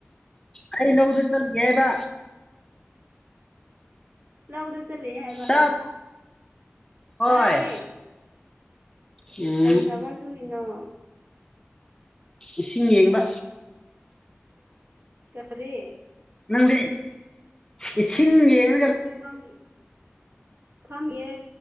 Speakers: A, on the left; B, on the right.
A: ꯑꯩ ꯂꯧꯗ ꯆꯠꯂꯨꯒꯦ ꯍꯥꯏꯕ
B: ꯂꯧꯗ ꯆꯠꯂꯤ ꯍꯥꯏꯕꯥ
A: ꯇꯥꯕ ꯍꯣꯏ
B: ꯇꯥꯏꯌꯦ
A: ꯎꯝ
B: ꯀꯔꯤ ꯊꯕꯛ ꯁꯨꯔꯤꯅꯣ
A: ꯏꯁꯤꯡ ꯌꯦꯡꯕ
B: <inaudible> ꯀꯔꯤ
A: ꯅꯪꯗꯤ ꯏꯁꯤꯡ ꯌꯦꯡ
B: ꯑꯩꯗꯤ ꯐꯝꯃꯤ ꯐꯝꯃꯤꯌꯦ